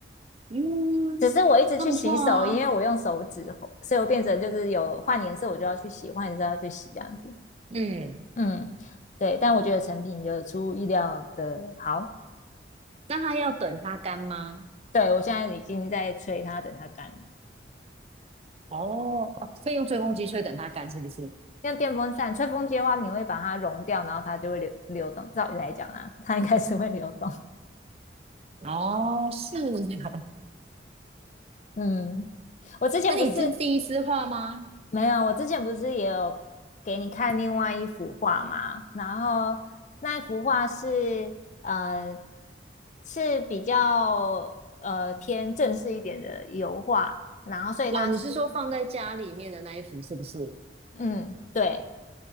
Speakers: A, on the right; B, on the left.
A: 嗯，
B: 只是我一直去洗手，
A: 那不错啊，
B: 因为我用手指，所以我变成就是有换颜色我就要去洗，换颜色要去洗这样子。
A: 嗯，
B: 嗯，对，但我觉得成品有出乎意料的好。
A: 那它要等它干吗？
B: 对我现在已经在吹它，等它干了。
A: 哦，哦所以用吹风机吹等它干是不是？
B: 像电风扇吹风机的话，你会把它融掉，然后它就会流流动。照理来讲啊，它应该是会流动。
A: 哦，是啊，
B: 嗯，
A: <laughs>
B: 我之前不是
A: 那你是第一次画吗？
B: 没有，我之前不是也有给你看另外一幅画吗？然后那幅画是呃是比较呃偏正式一点的油画，然后所以它是
A: 哦，你是说放在家里面的那一幅是不是？
B: 嗯，对